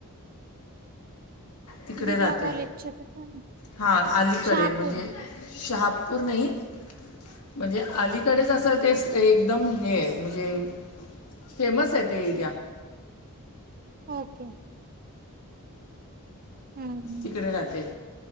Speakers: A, on the left; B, on the right.
A: तिकडे
B: बिर्ला
A: राहते.
B: कॉलेजच्या तिथं
A: हां. अलीकडे
B: शहापूर
A: म्हणजे शहापूर नाही- म्हणजे अलीकडेच असं ते एकदम हे आहे. म्हणजे- फेमस आहे ते एरिया.
B: ओके. हम्म.
A: तिकडे राहते.